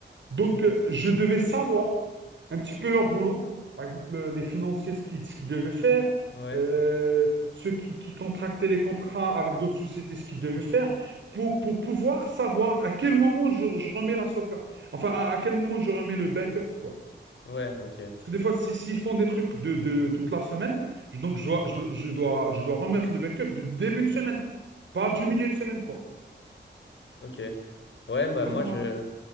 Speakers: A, on the right; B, on the left.
A: Donc, euh, je devais savoir un petit peu leur boulot. Par exemple, euh, les financiers, ce qu'ils ce qu'ils devaient faire,
B: ouais.
A: euh, ceux qui, qui contractaient les contrats avec d'autres sociétés, ce qu'ils devaient faire, pour, pour pouvoir savoir à quel moment je, je remets la sauvegarde. Enfin, à, à quel moment je remets le backup, quoi.
B: Ouais, ok.
A: Parce que des fois, si- s'ils font des trucs de, de toute la semaine, je- donc je dois, je, dois, je dois je dois remettre le backup du début de semaine, pas du milieu de semaine, quoi.
B: Ok. Ouais, bah
A: Donc
B: moi
A: voilà.
B: je